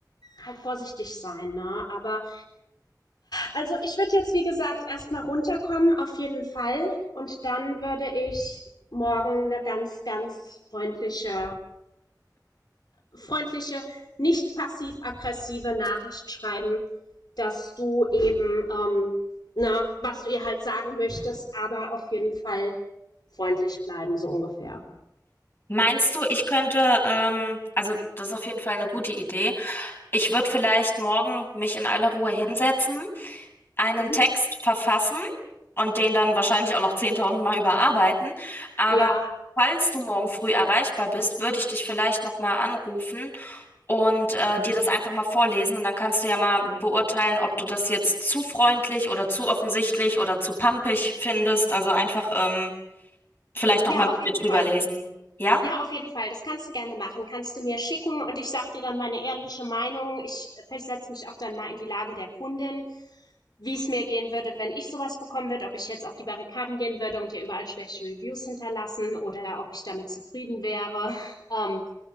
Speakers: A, on the left; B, on the left.
A: halt vorsichtig sein, ne? Aber Also ich würde jetzt, wie gesagt, erstmal runterkommen, auf jeden Fall. Und dann würde ich morgen eine ganz, ganz freundliche, freundliche, nicht passiv-aggressive Nachricht schreiben, dass du eben, ähm, ne, was du ihr halt sagen möchtest, aber auf jeden Fall freundlich bleiben, so ungefähr.
B: Meinst du, ich könnte, ähm, also das ist auf jeden Fall eine gute Idee. Ich würde vielleicht morgen mich in aller Ruhe hinsetzen einen
A: Mhm.
B: Text verfassen und den dann wahrscheinlich auch noch 10.000 Mal überarbeiten. Aber
A: Ja,
B: falls du morgen früh erreichbar bist, würde ich dich vielleicht nochmal anrufen und äh, dir das einfach mal vorlesen. Und dann kannst du ja mal beurteilen, ob du das jetzt zu freundlich oder zu offensichtlich oder zu pampig findest. Also einfach ähm, vielleicht nochmal
A: ja,
B: mit
A: auf jeden
B: mir drüber
A: Fall.
B: lesen. Ja?
A: Ja, auf jeden Fall. Das kannst du gerne machen. Kannst du mir schicken und ich sag dir dann meine ehrliche Meinung. Ich versetze mich auch dann mal in die Lage der Kundin Wie es mir gehen würde, wenn ich sowas bekommen würde, ob ich jetzt auf die Barrikaden gehen würde und ihr überall schlechte Reviews hinterlassen oder ob ich damit zufrieden wäre. <laughs> Ähm,